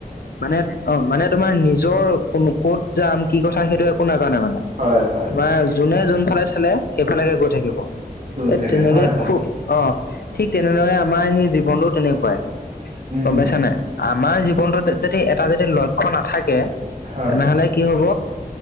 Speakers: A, on the left; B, on the right.
A: মানে অ মানে তোমাৰ নিজৰ কোনো ক'ত যাম? কি কথা সেইটো একো নাজানে মানে।
B: হয়, হয়,
A: তোমাৰ যোনে যোনফালে থেলে সেইফালেকে গৈ থাকিব
B: গৈ
A: এ
B: থাকে
A: তেনেকে
B: হয়, হয়,
A: খু অ ঠিক তেনেদৰে আমাৰ সেই জীৱনটো তেনেকুৱাই
B: উম,
A: গম পাইছা নাই আমাৰ জীৱনটোত যদি এটা যদি লক্ষ্য নাথাকে
B: হয়।
A: তেনেহলে কি হব